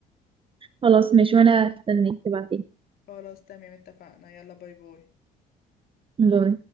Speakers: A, on the right; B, on the left.
A: خلاص ماشي وانا استنيك تبعتيلي
B: خلاص تمام اتفقنا يلا باي باي
A: باي